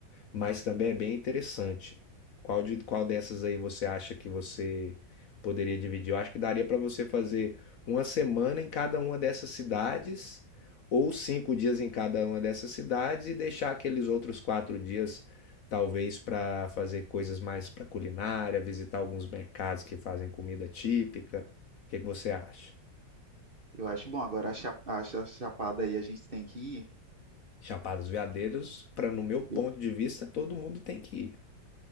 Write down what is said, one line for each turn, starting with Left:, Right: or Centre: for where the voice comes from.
Left: mas também é bem interessante. Qual de, qual dessas aí você acha que você poderia dividir? Eu acho que daria para você fazer uma semana em cada uma dessas cidades, ou cinco dias em cada uma dessas cidades, e deixar aqueles outros quatro dias, talvez, para fazer coisas mais para culinária, visitar alguns mercados que fazem comida típica. O que que você acha?
Right: Eu acho bom, agora a cha- a cha- Chapada aí a gente tem que ir.
Left: Chapada dos Veadeiros, para no meu ponto
Right: Eu,
Left: de vista, todo mundo tem que ir.